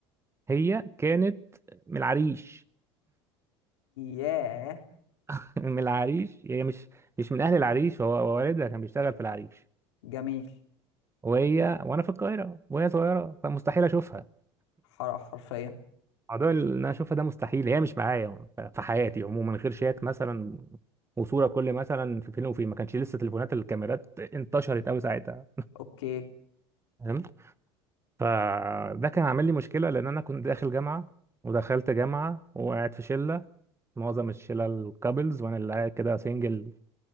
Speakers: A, on the right; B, on the left.
A: هي كانت من العريش
B: ياه
A: <laughs> من العريش هي مش مش من اهل العريش هو هو والدها كان بيشتغل في العريش
B: جميل
A: وهي وانا في القاهرة وهي صغيرة فمستحيل اشوفها
B: حر- حرفيا
A: موضوع اللي انا اشوفها ده مستحيل هي مش معايا ف- في حياتي عموما غير شات مثلا وصوره كل مثلا في فيلم وفيلم ما كانش لسه تليفونات الكاميرات انتشرت قوي ساعتها
B: اوكي
A: فاهم فده كان عامل لي مشكله لان انا كنت داخل جامعه ودخلت جامعه وقاعد في شله معظم الشله الكابلز وانا اللي قاعد كده سنجل